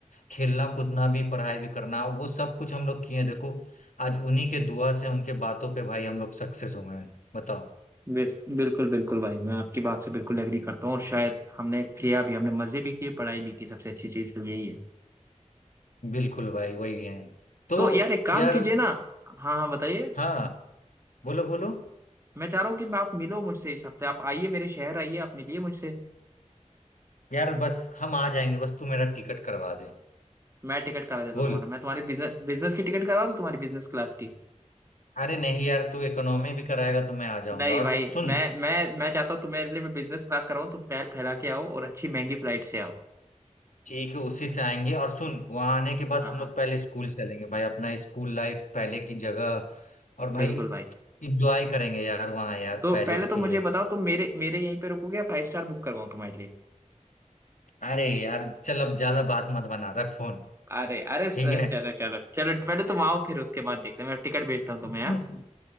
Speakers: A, on the left; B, on the right.
A: खेलना कूदना भी पढ़ाई भी करना वो सब कुछ हम लोग किए हैं। देखो आज उन्हीं के दुआ से उनके बातों पे भाई हम लोग सक्सेस हुए हैं बताओ
B: बिल- बिल्कुल बिल्कुल भाई मैं आपकी बात से बिल्कुल एग्री करता हूँ और शायद हमने किया भी हमने मजे भी किए पढ़ाई भी की सबसे अच्छी चीज़ तो यही है
A: बिल्कुल भाई वही है तो
B: तो यार एक काम
A: यार
B: कीजिए ना हाँ हाँ बताइए
A: हाँ बोलो बोलो
B: मैं चाह रहा हूँ कि मैं आप मिलो मुझसे इस हफ्ते आप आइए मेरे शहर आइए आप मिलिए मुझसे
A: यार बस हम आ जाएंगे बस तू मेरा टिकट करवा दे
B: मैं टिकट करा देता
A: बोल
B: हूँ तुम्हारा मैं तुम्हारी बिजनेस बिजनेस की टिकट करवा दूँ तुम्हारी बिजनेस क्लास की
A: अरे नहीं यार तू इकोनॉमी भी कराएगा तो मैं आ जाऊंगा
B: नहीं
A: और
B: भाई
A: सुन
B: मैं मैं मैं चाहता हूँ तुम्हारे लिए मैं बिजनेस क्लास कराऊँ तुम पैर फैला के आओ और अच्छी महंगी फ्लाइट से आओ
A: ठीक है उसी से आएंगे और सुन वहां आने के बाद
B: हाँ
A: हम
B: हाँ
A: लोग पहले स्कूल चलेंगे भाई अपना स्कूल लाइफ पहले की जगह और भाई
B: बिल्कुल भाई
A: इंजॉय करेंगे यार वहां यार
B: तो
A: पहले
B: पहले
A: की
B: तो
A: चीजें
B: मुझे बताओ तुम मेरे मेरे यहीं पे रुकोगे या फाइव स्टार बुक करवाऊँ तुम्हारे लिए
A: अरे यार चल अब ज्यादा बात मत बना रख फोन
B: अरे अरे सर
A: ठीक है <laughs>
B: चलो चलो चलो पहले तुम आओ फिर उसके बाद देखते हैं मैं टिकट भेजता हूँ तुम्हें
A: तुम
B: यहाँ
A: सु-